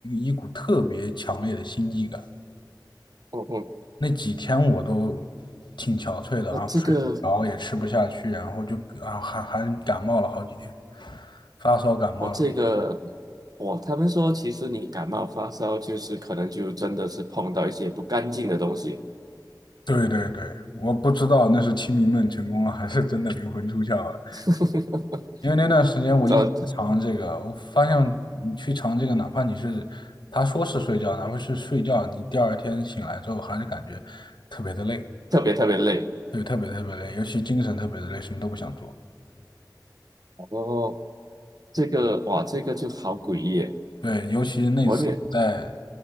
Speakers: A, on the left; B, on the right.
A: 一股特别强烈的心悸感。
B: 我嗯哼
A: 那几天我都挺憔悴的啊，
B: 我这个
A: 睡不着，也吃不下去，然后就啊还还感冒了好几天，发烧感冒了。
B: 我这个，我他们说，其实你感冒发烧，就是可能就真的是碰到一些不干净的东西，
A: 对对对，我不知道那是清明梦成功了，还是真的灵魂出窍了。
B: <laughs>
A: 因为那段时间我一直在尝这个，
B: 呃，
A: 我发现你去尝这个，哪怕你是他说是睡觉，哪怕是睡觉，你第二天醒来之后还是感觉特别的累，
B: 特别特别累。
A: 对，特别特别累，尤其精神特别的累，什么都不想做。
B: 然后这个，哇，这个就好诡异耶，
A: 对，尤其那次我在
B: 我也没，